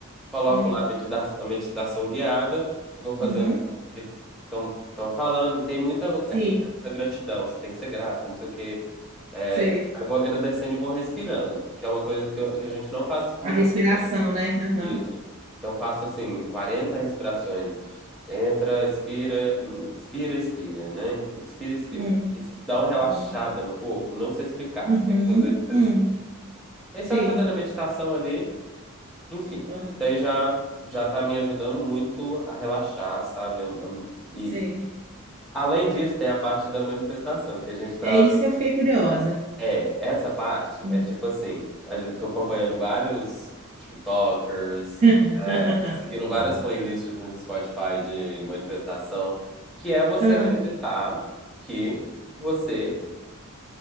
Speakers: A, in the centre; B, on the right.
A: coloco
B: hum,
A: lá a medita- a meditação guiada, e vou fazendo
B: uhum.
A: o que eles estão falando. E tem muita
B: Sim,
A: essa coisa da gratidão, você tem que ser grato, não sei o quê. É,
B: sei.
A: aí eu vou agradecendo e vou respirando, que é uma coisa que, eu- que a gente não faz muito
B: A respiração,
A: frequente.
B: né? Aham.
A: Isso. Então eu faço assim, 40 respirações. Entra, expira, in- inspira, expira, né? Inspira, expira.
B: Hum,
A: Isso dá uma relaxada
B: hum.
A: no corpo, não sei explicar.
B: Uhum,
A: Você tem que fazer pra
B: hum,
A: você sentir. E aí
B: sim,
A: você vai fazendo a meditação ali, enfim,
B: ah,
A: isso aí já já tá me ajudando muito a relaxar, sabe? Am- am- E
B: sei.
A: além disso, tem a parte da manifestação, que a gente tá.
B: É isso que eu fiquei curiosa.
A: É, essa parte
B: Hum.
A: é tipo assim, a gente- tô acompanhando vários TikTokers,
B: <laughs>
A: é, seguindo várias
B: Ah,
A: playlists no Spotify de manifestação, que é você
B: ah,
A: acreditar que você